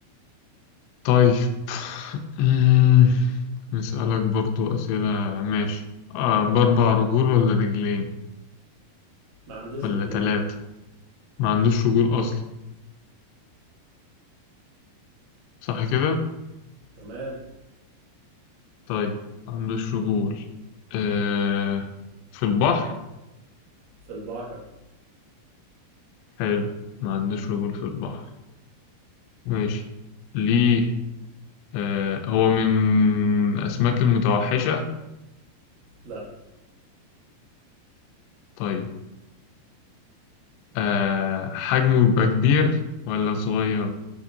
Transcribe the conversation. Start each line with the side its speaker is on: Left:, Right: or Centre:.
Left: طيب <laughs> أمم، نسألك برضو أسئلة ماشي آه بأربع رجول ولا رجلين
Right: ما عندوش
Left: ولا
Right: رجلين
Left: تلاتة ما عندوش رجول أصلا صح كده؟
Right: تمام
Left: طيب ما عندوش رجول آه في البحر
Right: في البحر
Left: حلو ما عندوش رجول في البحر ماشي ليه آه هو من أسماك المتوحشة
Right: لا
Left: طيب آه حجمه بيبقى كبير ولا صغير